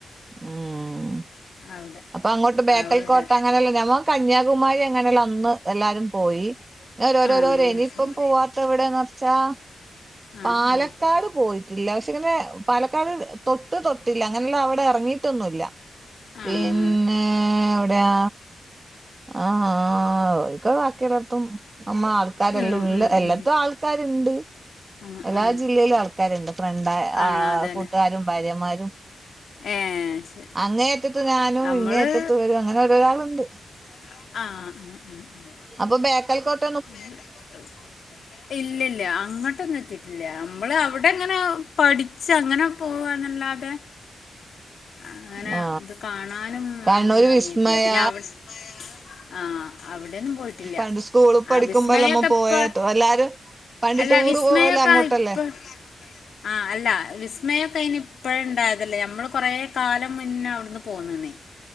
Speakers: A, on the right (about 20°); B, on the left (about 60°).
A: ഉം
B: അവിടെ
A: അപ്പൊ അങ്ങോട്ട് ബേക്കൽ
B: അവിടെ
A: കോട്ട അങ്ങനെല്ല ഞമ്മ. കന്യാകുമാരി അങ്ങനെയുള്ള അന്ന് എല്ലാരും പോയി ഓരോരോരോര
B: ആഹ്
A: ഇനിയിപ്പം
B: ശരി
A: പോവാത്ത എവിടെന്ന്ച്ചാ
B: ആഹ്
A: പാലക്കാട്
B: ആഹ്
A: പോയിട്ടില്ല പക്ഷെ ഇങ്ങനെ പാലക്കാട് തൊട്ട് തൊട്ടില്ല അങ്ങനെല്ല അവിടെ ഇറങ്ങിട്ടൊന്നുമല്ല പിന്നെ
B: ആഹ് ശരി
A: എവിടെയാ ആഹ ആ ഒക് ബാക്കില്ലത്തും നമ്മ ആ ആൾക്കാരല്ലാം
B: ഉം
A: ഉള്ള
B: ഉം
A: എല്ലാത്തും
B: ഉം
A: ആൾക്കാരുണ്ട്
B: ആഹ്
A: എല്ലാ
B: ആഹ്
A: ജില്ലയിലും ആൾക്കാ ആക്കാരുണ്ട് ഫ്രണ്ട് ആ
B: ആണോ അതന്നെ
A: കൂട്ടുകാരും ഭാര്യമാരും
B: ഏഹ് ശരി
A: അങ്ങേയറ്റത്ത് ഞാനും
B: നമ്മള്
A: ഇങ്ങേയറ്റത്തിവരും അങ്ങനെ ഓരോരാളുണ്ട്
B: ആഹ് ആഹ്
A: അപ്പൊ ബേക്കൽക്കോട്ട
B: <unintelligible> ഇല്ല ഇല്ല അങ്ങോട്ടൊന്നും എത്തിട്ടില്ല അമ്മള് അവിടെങ്ങനെ പഠിച്ച് അങ്ങനെ പോവാന്നല്ലാതെ അങ്ങനെ
A: ആ
B: ത് കാണാനും
A: കണ്ണൂര്
B: അങ്ങനൊന്നും
A: വിസ്മയ
B: എറങ്ങിട്ടില്ല പിന്നെ അവിടെ ആഹ് അവിടെന്നും പോയിട്ടില്ല്യ
A: പണ്ട് സ്കൂളിൽ
B: ആ
A: പഠിക്കുമ്പോല്ലമ്മ
B: വിസ്മയൊക്കെ
A: പോയ
B: ഇപ്പ
A: എല്ലാരും പണ്ട്
B: അല്ല
A: ടൂറ്
B: വിസ്മയൊക്കെ
A: പോവല്ലേ അങ്ങോട്ടല്ലേ
B: ഇപ്പൊ ആ അല്ല വിസ്മയൊക്കെ അയിനിപ്പഴ്ണ്ടായതല്ലേ നമ്മള് കൊറേ കാലം മുന്നേ അവ്ട്ന്ന് പോന്നെന്നേ.